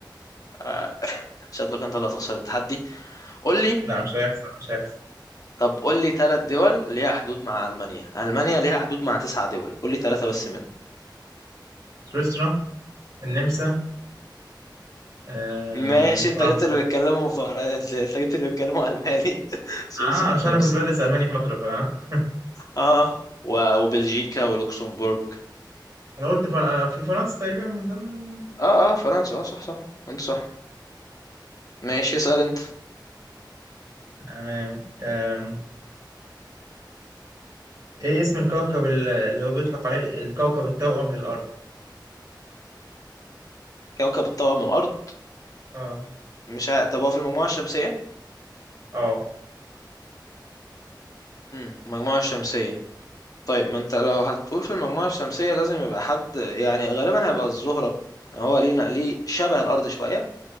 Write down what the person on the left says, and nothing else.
آه، شكلك انت اللي هتخسر التحدي قول لي
طب قول لي ثلاث دول ليها حدود مع المانيا المانيا ليها حدود مع تسع دول قول لي ثلاثة بس منهم
ماشي انت
جبت اللي بيتكلموا فر... انت جبت اللي بيتكلموا الماني <laughs> سويسرا
النمسا
اه و... وبلجيكا ولوكسمبورغ
اه اه فرنسا اه صح صح انت صح ماشي اسأل انت
كوكب الطاقم الارض
مش ع... طب هو في المجموعة الشمسية
امم المجموعة الشمسية طيب ما انت لو هتقول في المجموعة الشمسية لازم يبقى حد يعني غالبا هيبقى الزهرة يعني هو ليه ليه شبه الأرض شوية